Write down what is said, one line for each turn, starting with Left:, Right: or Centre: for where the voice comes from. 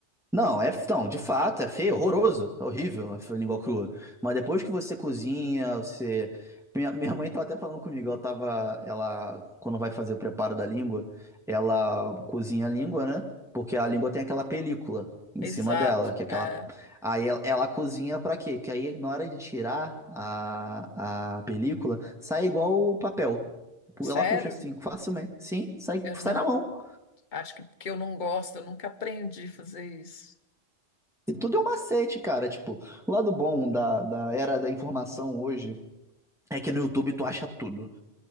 Centre: Não, é, não, de fato, é feio, horroroso, é horrível a língua crua. Mas depois que você cozinha, você. Minha, minha mãe tava até falando comigo, ela tava. Ela, quando vai fazer o preparo da língua, ela cozinha a língua, né? Porque a língua tem aquela película em
Left: Exato.
Centre: cima dela, que é aquela.
Left: é.
Centre: Aí ela, ela cozinha pra quê? Que aí na hora de tirar a, a película, sai igual o papel. Ela
Left: Sério?
Centre: puxa assim, facilmente. Sim, sai,
Left: Eu
Centre: sai
Left: não,
Centre: na mão.
Left: acho que porque eu não gosto, eu nunca aprendi a fazer isso.
Centre: E tudo é um macete, cara. Tipo, o lado bom da, da era da informação hoje é que no YouTube tu acha tudo.